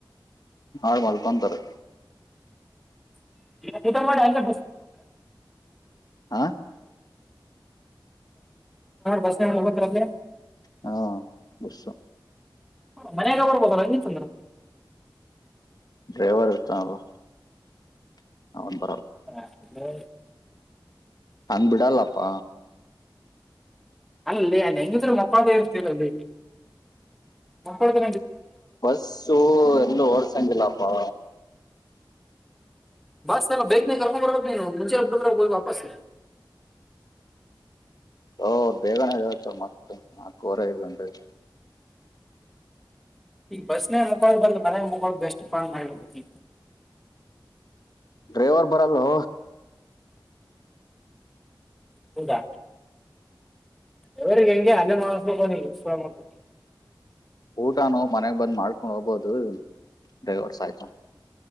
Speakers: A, on the left (about 50°); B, in the centre.
A: ಹಾ ಮಲಕೋಮಂತಾರೇ
B: <unintelligible> <inaudible> ಊಟ ಮಾಡಿ
A: ಹ
B: ಬಸನಾಗ ಮಲ್ಕೋತಾರಲೇ
A: ಹಾ <unintelligible>
B: ಮನ್ಯಾಗ ಮಲ್ಕೋಬಹುದಿತ್ತು ಹಂಗಿತ್ತಂದ್ರ
A: ಡ್ರೈವರ್ ಇರ್ತ ಅವರು <unintelligible>
B: <unintelligible>
A: ಹಂಗ ಬಿಡಲ್ಲಪ್ಪ
B: ಅಲ್ಲ ಲೇ ಹೆಂಗಿದ್ರೆ ಮಕ್ಕೋಳದೇ ಇರ್ತೀ ಅಲ್ಲಿ ಮೋಕ್ಕೊಳದು
A: ಬಸ್ಸು ಇನ್ನು ಓಡ್ಸಂಗಿಲ್ಲಪ್ಪ
B: ಬಸ್ ಬೇಗನ್ ಕರ್ಕೊಂಡ ಬರಬೇಕ ನೀ ಮುಂಚೆರ ವಾಪಸ್ <inaudible>
A: ಓ ಬೇಗನೆಎಳತ ಮತ್ತ ನಾಲ್ಕುವರೆ ಐದ ಗಂ
B: ಈಗ ಬಸ್ನ ಮೋಖಾಳ ಬಂದ ಮನ ಮುಖೊಳ ಬೆಸ್ಟ್ ಫ್ ಮಾಡ ಈ
A: ಡ್ರೈವರ್ ಬರಲ್ಲೋ
B: ಹೌದಾ ಅವರಿಗೆ ಹೆಂಗೆ ಅಲ್ಲೇ ಮಾಡಸ್ಬೇಕ <unintelligible>
A: ಊಟ ನ ಮನೆಗ್ ಬಂದ್ ಮಾಡ್ಕೊಂಡ ಹೋಗಬಹುದು ಡೈವರ್ಸ್ ಆಯ್ತು
B: <unintelligible> <unintelligible>